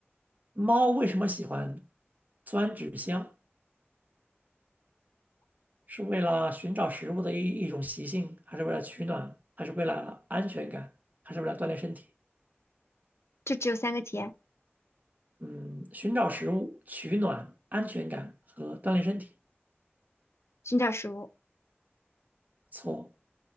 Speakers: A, on the right (about 40°); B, on the left (about 85°).
A: 猫为什么喜欢钻纸箱？是为了寻找食物的一一种习性，还是为了取暖，还是为了安全感，还是为了锻炼身体？
B: 就只有三个题，
A: 嗯，寻找食物、取暖、安全感和锻炼身体，
B: 寻找食物
A: 错，